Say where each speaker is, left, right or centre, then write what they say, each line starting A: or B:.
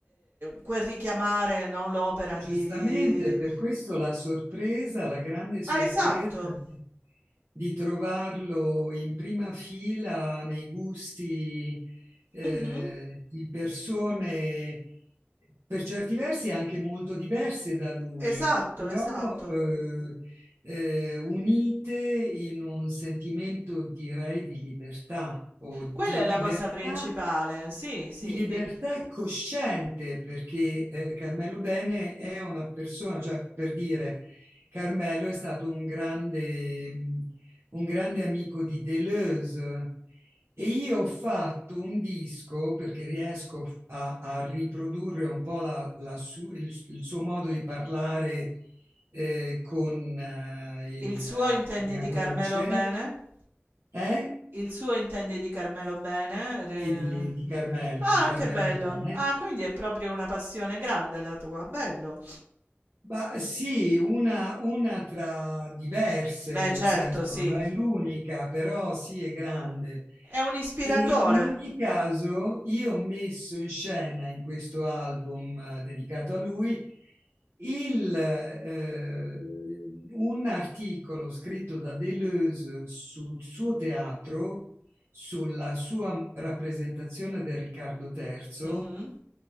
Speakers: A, on the right (about 55°); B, on the right (about 75°).
A: quel richiamare, no, l'opera
B: Giustamente,
A: di
B: per questo la sorpresa, la grande sorpresa
A: ah, esatto.
B: di, di trovarlo in prima fila nei gusti eh,
A: Mh-mh.
B: di persone per certi versi anche molto diverse da lui,
A: Esatto,
B: però
A: esatto.
B: eh, eh, unite in un sentimento, direi, di libertà o di
A: Quella è la
B: libertà
A: cosa principale, sì, sì.
B: di libertà
A: di-
B: cosciente, perché eh, Carmelo Bene è una persona, cioè per dire, Carmelo è stato un grande, mh, un grande amico di Deleuze e io ho fatto un disco, perché riesco a, a riprodurre un po' la- la su- il, il suo modo di parlare eh, con eh,
A: Il
B: il-
A: suo
B: la
A: intendi
B: mia
A: di
B: voce,
A: Carmelo Bene?
B: eh?
A: Il suo intendi di Carmelo Bene? Re-
B: E Di, di Carmelo,
A: Ah,
B: di Carmelo
A: che bello.
B: Bene.
A: Ah, quindi è proprio una passione grande la tua, bello.
B: Ma sì, una, una tra diverse,
A: Beh,
B: nel
A: certo,
B: senso
A: sì.
B: non è l'unica, però sì è grande.
A: È un ispiratore.
B: E in ogni caso io ho messo in scena in questo album eh, dedicato a lui il, eh, un articolo scritto da Deleuze sul suo teatro, sulla sua rappresentazione del Riccardo III
A: Mhm.